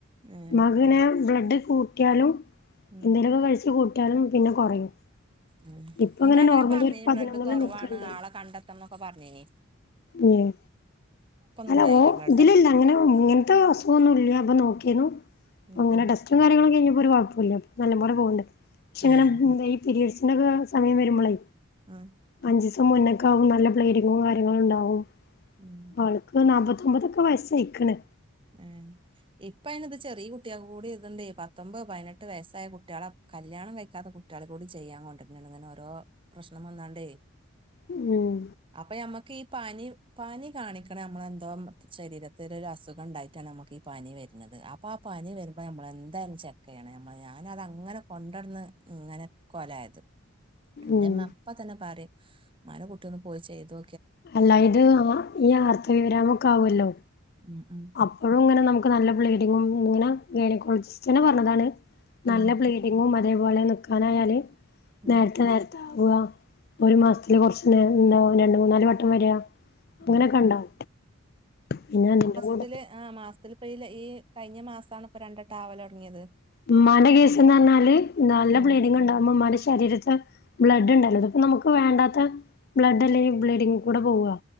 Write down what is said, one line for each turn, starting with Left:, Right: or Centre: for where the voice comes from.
Right: ഏഹ്
Left: മ്മാക്ക് ഇനെ ബ്ലഡ് കൂട്ടിയാലും
Right: ഉം
Left: എന്തെങ്കലുമൊക്കെ കഴിച്ചു കൂട്ടിയാലും പിന്നെ കുറയും
Right: ഉം
Left: ഇപ്പ
Right: നിന്റെ
Left: ഇങ്ങനെ
Right: അങ്ങനെ
Left: നോർമലി
Right: പറഞ്ഞേ
Left: ഒരു പതിനൊന്നില്
Right: ബ്ലഡ് കുറവാണ്
Left: നിക്ക്ണ്ട്
Right: ആളെ കണ്ടെത്തന്നൊക്കെ പറഞ്ഞേന
Left: ഉം അല്ല
Right: ഉണ്ടായില്ല
Left: ഓ
Right: ബ്ലഡ്
Left: ഇതിലല്ല അങ്ങനെ ഇങ്ങനത്തെ ഒന്നുഇല്ല്യ അപ്പ നോക്കിനു
Right: ഉം
Left: അപ്പ അങ്ങനെ
Right: ഉം
Left: ടെസ്റ്റും കാര്യങ്ങളൊക്കെ കഴിഞ്ഞപ്പോ ഒരു കുഴപ്പമില്ല ഇപ്പോ നല്ല പോല പോകണ്ട് പക്ഷെ ഇങ്ങനെ
Right: ആഹ്
Left: എന്താ പിരിഡ്സിൻ്റെക്കെ സമയം വരുമ്പോളേ
Right: ആഹ്
Left: അഞ്ചിസം മുന്നക്ക ആവും നല്ല പ്ലേഡിങ്ങും കാര്യങ്ങള ഉണ്ടാവും
Right: ഉം
Left: അവൾക്ക് നാമ്പത്തൊമ്പതൊക്കെ വയസയിക്കണ്
Right: ആഹ് ഇപ്പ അയിന്ത് ചെറിയ കു കുട്ടികൾ കൂടി ഇതുണ്ട് ഈ പത്തൊമ്പത് പതിനെട്ട് വയസ്സായ കുട്ടികളെ കല്യാണം കഴിക്കാത്ത കുട്ടികള കൂടി ചെയ്യാ കൊണ്ട് പിന്നണങ്ങനെ ഓരോ പ്രശ്നം വന്നാണ്ടേ
Left: ഉം
Right: അപ്പൊ മ്മക്ക് ഈ പനി പനി കാണിക്കണം നമ്മള എന്തോ ശരീരത്തി ഒരു അസുഖം ഉണ്ടായിട്ടാണ് നമുക്ക് ഈ പനി വരുന്നത് അപ്പോൾ ആഹ് പനി വരുമ്പോൾ നമ്മൾെന്തായാലും ചെക്ക് ചെയ്യണം നമ്മൾ ഞാന അതങ്ങനെ കൊണ്ടടന്ന് ഇങ്ങനെ കൊലായത് എന്റെമ്മ
Left: ഉം
Right: അപ്പ തന്നെ പറയും മന കുട്ടി ഒന്ന് പോയി ചെയ്തു
Left: അല്ല ഇത് ഈ ആർത്തവിവരമൊക്കെ ആവുമല്ലോ
Right: ഉം ഉം
Left: അപ്പോഴും ഇങ്ങനെ നമ്മുക്ക് നല്ല ബ്ലീഡിംഗ് ഇങ്ങനെ ഗൈനക്കോളജിസ്റ്റ് ന്നെ പറഞ്ഞതാണ്
Right: ഉം
Left: നല്ല ബ്ലീ ഡിംങ്ങും അതേപോലെ നിക്കാനായല്
Right: ഉം
Left: നേരത്തെ നേരത്തെ ഒരു മാസത്തില് കുറച്ച് എന്താ രണ്ട മൂന്നാല് വട്ടം വരക അങ്ങനെയൊക്കെ
Right: ഉം
Left: ഉണ്ടാവ പിന്നെ കൂടെ
Right: ത്തില് ആഹ് മാസത്തിൽപ്പല്ല ഈ കഴിഞ്ഞ മാസണ ഇപ്പൊ രണ്ടട്ടാവല തുടങ്ങിയത്
Left: ഉമ്മൻ്റെ കേസ്ന്ന് പറഞ്ഞാല് നല്ല
Right: ഉം
Left: ബ്ലീഡിംഗ ഉണ്ടാവും ഉമ്മൻ്റെ ശരീരത്ത് ബ്ലഡ് ഉണ്ടല്ലോ അപ്പ നമുക്ക് വേണ്ടാത്ത ബ്ലഡ് അല്ലെ ഈ ബ്ലീഡിങ് കൂടെ പോവുക